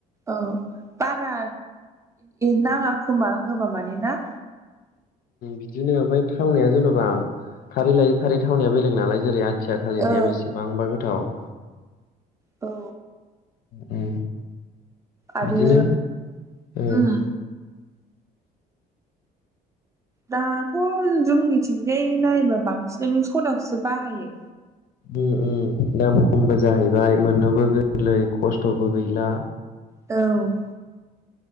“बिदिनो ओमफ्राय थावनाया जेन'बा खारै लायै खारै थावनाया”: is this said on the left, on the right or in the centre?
Left